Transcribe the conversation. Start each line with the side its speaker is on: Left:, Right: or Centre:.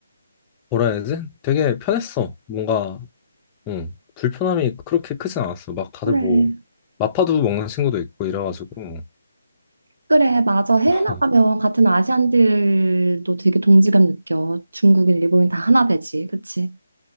Left: 뭐라 해야 되지? 되게 편했어. 뭔가 응. 불편함이 그렇게 크진 않았어. 막 다들
Right: 그래.
Left: 뭐 마파두 먹는 친구도 있고 이래가지고
Right: 그래, 맞아. 해외
Left: <laughs>
Right: 나가면 같은 아시안들도 되게 동지감 느껴. 중국인, 일본인 다 하나 되지. 그치?